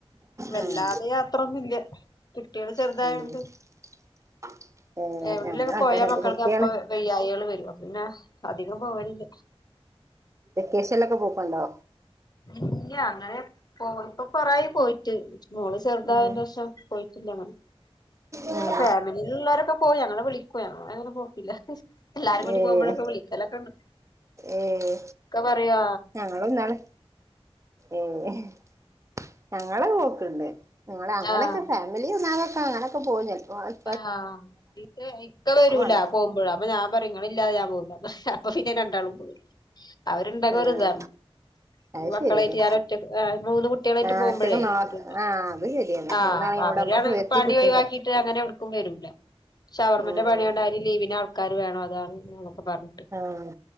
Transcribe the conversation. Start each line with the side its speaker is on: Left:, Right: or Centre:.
Left: വല്ലാതെ
Right: ആഹ്
Left: യാത്രൊന്നുമില്ല കുട്ടികള് ചെറുതായോണ്ട്
Right: ഉം ഏഹ് <unintelligible>
Left: എവിടെലൊക്കെ
Right: അങ്ങൻതന്നെ
Left: പോയാൽ മക്കൾക്ക്
Right: ഇപ്പൊ കുട്ടിയാണ്
Left: അപ്പൊ വയ്യായികൾ വരും പിന്നെ അധികം പോകലില്ല
Right: വെക്കേഷൻ ലൊക്കെ പോക്കുണ്ടാ
Left: ഇല്ല്യ. അങ്ങനെ പോ ഇപ്പൊ കൊറെയായിപ്പോയിട്ട്. മോള് ചെറുതായേന്റെഷം.
Right: ഉം
Left: വീട്ടിന്റെ പണി.
Right: ഉം
Left: ഇവെടെ ഫാമിലി ല്ലൊള്ളവരൊക്കെ പോയി. ഞങ്ങളെ വിളിക്കും. ഞങ്ങളങ്ങനെപ്പോക്കില്ല. എല്ലാരും കൂടി
Right: ഏഹ്
Left: പോകുമ്പോഴൊക്കെ വിളിക്കും. ചലക്കണ്ട്
Right: ഏഹ്
Left: ഒക്കെ പറയാ
Right: ഞങ്ങളും ഇന്നാള് ഏഹ് ഞങ്ങള് പോക്കണ്ട് നിങ്ങള് അങ്ങനൊക്കെ
Left: ആഹ്
Right: ഫാ <unintelligible> അങ്ങനൊക്കെ പോകും ചെലപ്പൊ
Left: ആഹ് ഇക്കെ വരൂല
Right: വന്ന്
Left: പോകുമ്പോഴ അപ്പൊ ഞാൻ പറയും ഇങ്ങള് ഇല്ലാതെ ഞാൻ പോവൂല അപ്പൊ പിന്നെ രണ്ടാളും പോയി അവരുണ്ടെങ്കി
Right: ആഹ്
Left: ഒരു ഇതാണ്
Right: അത്
Left: മക്കളായിട്ട്
Right: ശരിയാണ്
Left: ഞാനൊറ്റക്ക് മൂന്ന് കുട്ടികളായിട്ട്
Right: ആഹ്
Left: പോകുമ്പോഴേ
Right: ഒറ്റക്ക് നോ
Left: ഒരു
Right: ആഹ് അത് ശരിയാണ്
Left: ആഹ്
Right: മൂന്നാളെയും
Left: അവരാണ്
Right: കൂടെ നമ്മക്ക് എത്തി
Left: പണി
Right: കിട്ടൂല
Left: ഒഴിവാക്കിട്ട് അങ്ങനെ പ്പം വരൂല്ല. ഷവർമ്മെന്റെ
Right: ഉം
Left: പണിയോണ്ട് ആരിം ലീവിന് ആൾക്കാര് വേണം. അതാണ് ഇതാണൊക്കെ പറഞ്
Right: ആഹ്,